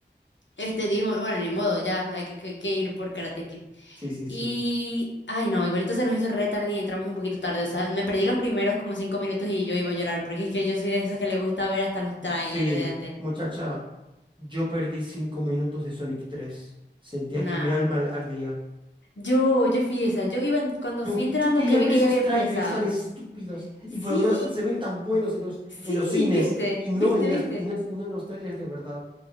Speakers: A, on the left; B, on the right.
A: Este, dijimos, bueno, ni modo, ya hay que, que- que ir por Karate Kid.
B: Sí, sí,
A: Y,
B: sí.
A: ay no, igualito se nos hizo re tarde y entramos un poquito tarde. O sea, me perdí los primeros como cinco minutos y yo iba a llorar, porque es que yo soy de esas que le gusta ver hasta los trailers
B: Sí,
A: de antes.
B: muchacha, yo perdí cinco minutos de Sonic 3. Sentía
A: Nah.
B: que mi alma ardía.
A: Yo, yo fui esa. Yo iba, en- cuando
B: Yo,
A: fui entrando
B: yo quería
A: que vi
B: ver
A: que
B: esos
A: ya había empezado.
B: trailers tan estúpidos y
A: Sí,
B: por alguna razón se ven tan buenos en los,
A: sí,
B: en los cines
A: viste,
B: y no
A: viste,
B: en las,
A: viste.
B: y no, y no en los trailers de verdad.